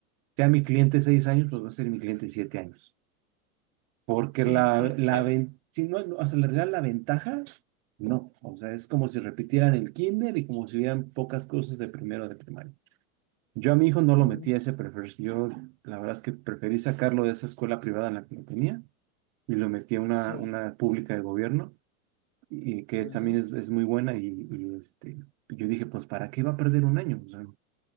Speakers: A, on the right; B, on the left.
A: sea mi cliente seis años, pues va a ser mi cliente siete años. Porque
B: Sí,
A: la,
B: sí,
A: la,
B: claro.
A: ven- si no, no, o le regalan la ventaja, no. O sea, es como si repitieran el kinder y como si hubieran pocas cosas de primero de primaria. Yo a mi hijo no lo
B: Mm,
A: metí a ese prefer. Yo la verdad es que preferí sacarlo de esa escuela privada en la que lo tenía y lo metí a una,
B: Sí,
A: una pública de gobierno y que
B: ajá.
A: también es, es muy buena y, y, este, yo dije, pues ¿para qué va a perder un año? O sea,